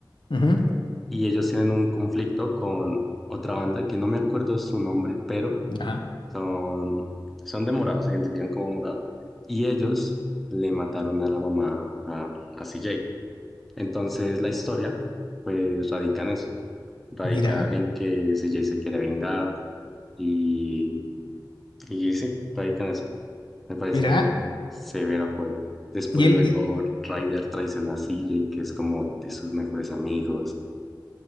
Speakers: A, on the left; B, in the centre.
A: ujú,
B: y ellos tienen un conflicto con otra banda que no me acuerdo su nombre, pero
A: Ya.
B: son, son de morado, se identifican como morado, y ellos le mataron a la mamá a, a CJ. Entonces la historia, pues radica en eso, radica
A: Mira,
B: en que CJ se quiere vengar y, y sí, radica en eso. Me parece
A: mira.
B: severo juego. Después
A: Y él,
B: luego
A: y-
B: Ryder traiciona a C J que es como de sus mejores amigos.